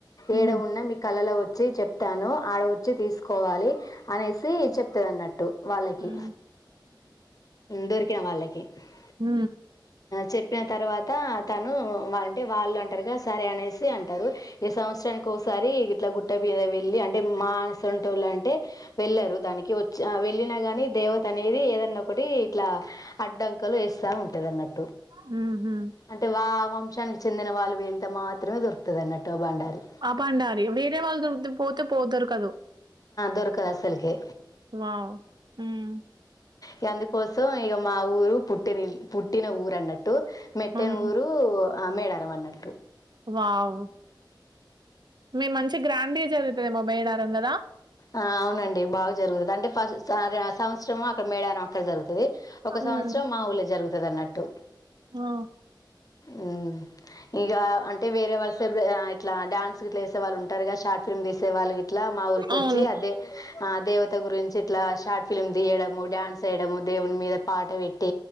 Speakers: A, on the right; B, on the left.
A: హ్మ్.
B: ఏడ ఉన్నా మీ కళలో వచ్ వచ్చి చెప్తాను ఆడ వచ్చి తీసుకోవాలి అనేసి చెప్తది అన్నట్టు వాళ్ళకి
A: హ్మ్.
B: దొరికిన వాళ్ళకి ఏ
A: హ
B: చెప్పిన తర్వాత టా అతను అంటే వాళ్ళు అంటారుగా సరే అనేసి అంటారు ఈ సంవత్సరానికి ఒకసారి ఇట్లా గుట్ట మీద వెళ్ళి అంటే మానసంటోళ్ళు అంటే వెళ్ళారు దానికి వచ్చే దానికి వెళ్ళిన గాని దేవత అనేది ఏదన్న ఒకటి ఇట్లా అడ్డంకలు వేస్తా ఉంట అన్నట్టు
A: హ
B: అంటే వా వంశానికి చెందిన వాళ్ళు వీళ్ ట మాత్రమే దోరగత అన్నట్టు బండారి
A: ఆ భండారి. వేరే వాళ్ళు దొరుకుతే పోతే పో దొరకదు.
B: దొరకదు అసల్ కే
A: వావ్! హ్మ్.
B: ఇ అందుకోసం ఇక మా ఊరు పుట్టిన పుట్టిన ఊరు అన్నట్టు మే
A: హ్మ్.
B: టెన్ ఊరు అ మేడారం మ అన్నట్టు
A: వావ్ మీ మంచి గ్రాండ్‌గా జరుగుతదేమో మేడారం గదా?
B: ఆ అవునండి బాగా జరుగుతుంది అంటే ఫస్ సంవశ్రమ అక్కడ మేడన అక్కడ జరుగుతుది ఒక
A: హ్మ్.
B: సంవత్సరం మా ఊలే జరుగుతుది అన్నట్టు
A: ఆ!
B: అ ఇక అంటే వేరే వాళ్ళసే ఇ డాన్స్ క లేసే వాళ్ళుంటారు కగా షార్ట్ ఫిమ్ తీ శేవాలు గట్లా మా ఊరికి
A: అవును.
B: వచ్చి అదే ఆ దేవ గురించి ఇట్లా షార్ట్ ఫిల్మ్ తీయడము డాన్స్ వయ్యడము దేవుని మీద పాట పెట్